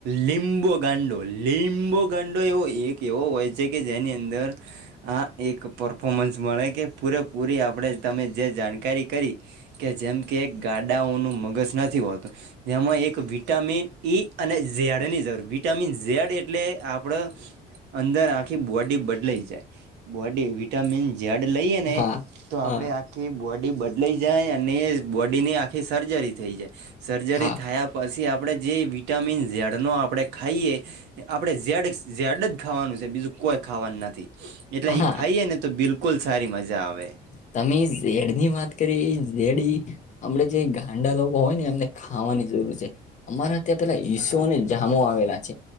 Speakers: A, on the right; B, on the left.
A: લીંબો ગાંડો, લીંબો ગાંડો, એવો એક એવો હોય છે કે જેની અંદર આ એક પરફોમન્સ મળે કે પૂરેપૂરી આપણે તમે જે જાણકારી કરી કે જેમ કે એક ગાડાઓનું મગજ નથી હોતું જેમાં એક વિટામિન ઈ અને સ ઝેડનીં જરૂર, વિટામિન ઝેડ એટલે આપણ અંદર આખી બોડી બદલાઈ જાય. બોડી વિટામિન જેડ લઈએ ને,
B: હા,
A: તો
B: હા,
A: આપડે આ આખી બોડી બદલાઈ જાય, અને એ જ બોડી ની આખી સર્જરી થઈ જાય. સર્જરી
B: હા,
A: થાયા પછી, આપણે જે વિટામિન ઝેડ ડ નો આપણે ખઈએ, આપણે ઝેડ, ઝેડ જ ખાવાનું છે બીજું કોઈ ખાવાનું નથી. એટલે
B: હા.
A: ઈ ખઈએ ને, તો બિલકુલ સારી મજા આવે
B: તમે ઝેડની વાત કરી, ઝેડ આપડે જે ગાંડા લોકો હોય ને, એમને ખાવાની જરૂર છે અમારા ત્યાં પેલા ઈસુ
A: હા
B: અને જામો આવેલા છે,